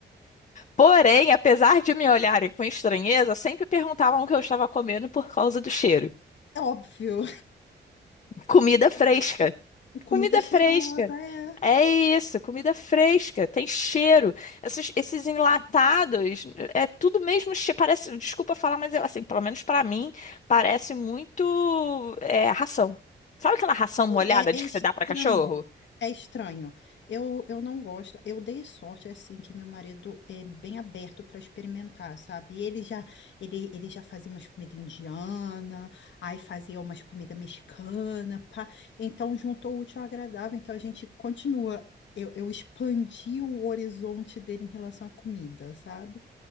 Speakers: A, on the left; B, on the left.
A: Porém, apesar de me olharem com estranheza, sempre perguntavam o que eu estava comendo por causa do cheiro.
B: É óbvio,
A: Comida fresca.
B: <laughs> comida
A: Comida
B: cheirosa,
A: fresca.
B: é.
A: É isso, comida fresca, tem cheiro. Esses, esses enlatados, é tudo mesmo, che- parece, desculpa falar, mas eu, assim, pelo menos pra mim, parece muito é, ração. Sabe aquela ração molhada
B: É,
A: de
B: é estranho,
A: que você dá pra cachorro?
B: é estranho. Eu, eu não gosto. Eu dei sorte assim que meu marido é bem aberto para experimentar, sabe? E ele já ele, ele já fazia umas comidas indiana, aí fazia umas comidas mexicana, pá. Então juntou o útil ao agradável. Então a gente continua. Eu, eu expandi o horizonte dele em relação à comida, sabe?